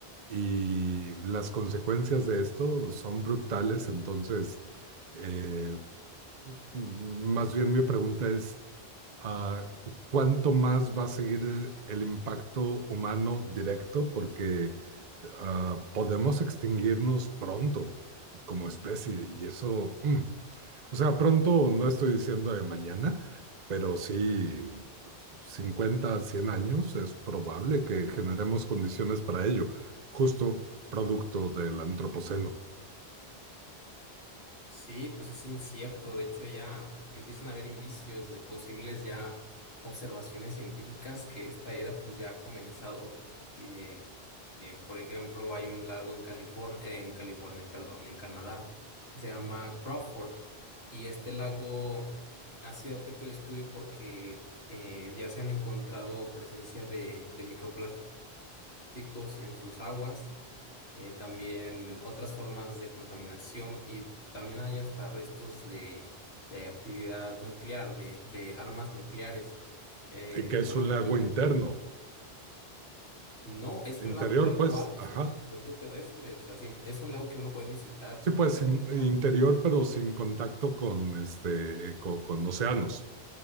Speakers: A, on the right; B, on the left.
A: y las consecuencias de esto son brutales, entonces, eh, más bien mi pregunta es, ah, ¿cuánto más va a seguir el impacto humano directo? Porque ah, podemos extinguirnos pronto como especie y eso, mm, o sea, pronto no estoy diciendo de mañana, pero sí 50, 100 años es probable que generemos condiciones para ello, justo producto del antropoceno,
B: Sí, pues es incierto. De hecho, ya empiezan a haber indicios de posibles ya observaciones científicas que esta era pues ya ha comenzado. Eh, eh, por ejemplo, hay un lago en California, en California, perdón, en Canadá, que se llama Crawford. Y este lago ha sido objeto de estudio porque eh, ya se han encontrado presencia de, de microplásticos plásticos en sus aguas, eh, también otras formas de contaminación y también hay hasta restos de, de actividad nuclear, de, de armas nucleares, eh,
A: y que es
B: tomando
A: un lago
B: en cuenta
A: interno,
B: que el- no es
A: interior,
B: un lago tal
A: pues,
B: cual
A: ajá.
B: sobre la superficie terrestre, o sea, simple- es un lago que uno puede visitar
A: Sí, pues
B: e ir
A: sin-
B: a pescar,
A: eh, interior, pero sin contacto con este, co- con, océanos.